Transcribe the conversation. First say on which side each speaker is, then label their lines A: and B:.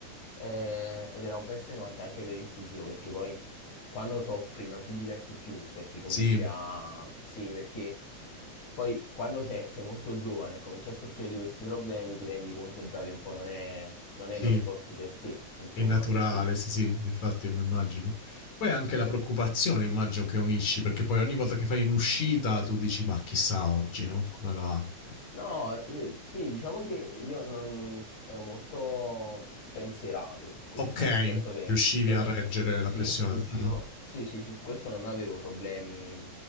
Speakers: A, on the left; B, on the left.
A: eh, ed era un po' estenuante anche per il fisico perché poi quando soffri non ti diverti più perché cominci
B: sì,
A: a... Sì, perché poi quando sei, sei molto giovane e cominci a soffrire di questi problemi ti rendi conto già che un po' non è, non
B: sì,
A: è lo sport per te, insomma,
B: è naturale,
A: perché...
B: sì, sì, infatti mi immagino. Poi anche
A: Sì.
B: la preoccupazione immagino che unisci, perché poi ogni volta che fai un'uscita tu dici ma chissà oggi, no? Come va?
A: No, eh, sì, diciamo che io non ero molto spensierato su questo,
B: Ok,
A: nel senso che
B: riuscivi
A: non,
B: a reggere
A: sì,
B: la pressione.
A: riuscivo,
B: Mm,
A: sì, sì, sì, su questo non avevo problemi